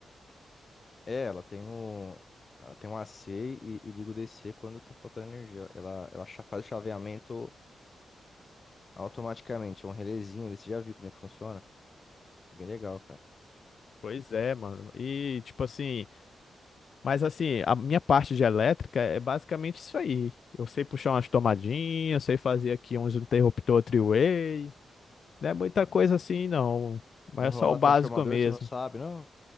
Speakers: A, on the left; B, on the left.
A: É, ela tem um, ela tem um AC e, e liga o DC quando tá faltando energia. Ela, ela cha- faz o chaveamento automaticamente. É um relézinho, ele- você já viu como é que funciona? Bem legal, cara.
B: Pois é, mano. E tipo assim, Mas assim, a minha parte de elétrica é basicamente isso aí. Eu sei puxar umas tomadinhas, sei fazer aqui uns interruptor three-way. Não é muita
A: É.
B: coisa assim, não. Mas
A: Enrolar
B: é só o básico
A: transformador,
B: mesmo.
A: você não sabe, não?